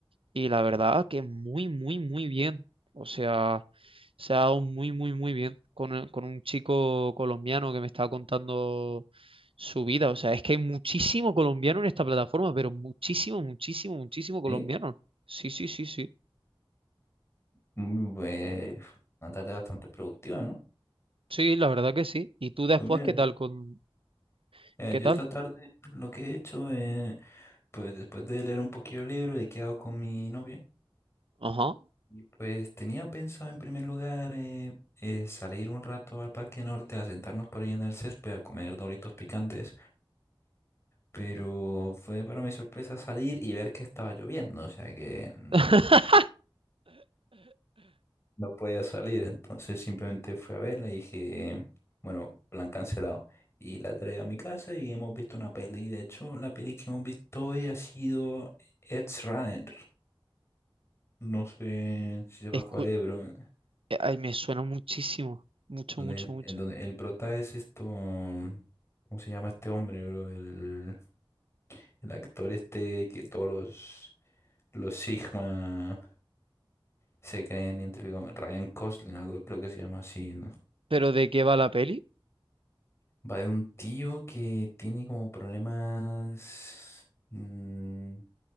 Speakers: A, on the right (about 85°); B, on the left (about 30°).
A: y la verdad que muy, muy, muy bien. O sea, se ha dado muy, muy, muy bien con, el- con un chico colombiano que me estaba contando su vida. O sea, es que hay muchísimo colombiano en esta plataforma, pero muchísimo, muchísimo, muchísimo colombiano.
B: Sí,
A: Sí, sí, sí, sí.
B: Mm, pues una tarde bastante productiva, ¿no?
A: Sí, la verdad que sí. ¿Y tú después
B: Pues mira,
A: qué tal con
B: eh,
A: qué
B: yo
A: tal?
B: esta tarde lo que he hecho, eh, pues después de leer un poquillo el libro, he quedado con mi novia
A: Ajá.
B: y pues tenía pensado en primer lugar eh, eh, salir un rato al Parque Norte a sentarnos por ahí en el césped a comer doritos picantes. Pero fue para mi sorpresa salir y ver que estaba lloviendo, o sea que mm,
A: <laughs>
B: no podía salir. Entonces simplemente fui a verla y dije, bueno, plan cancelado. Y la traigo a mi casa y hemos visto una peli. De hecho, la peli que hemos visto hoy ha sido Edge Runner. No sé si sepas
A: Escu-
B: cuál es, bro.
A: eh, Ay, me suena muchísimo. Mucho,
B: Donde
A: mucho,
B: el,
A: mucho.
B: en donde el prota es esto. mm, ¿Cómo se llama este hombre, bro? El, el actor este que todos los, los Sigma. Se creen entre com- Ryan Gosling, algo creo que se llama así, ¿no?
A: ¿Pero de qué va la peli?
B: Va de un tío que tiene como problemas, mm,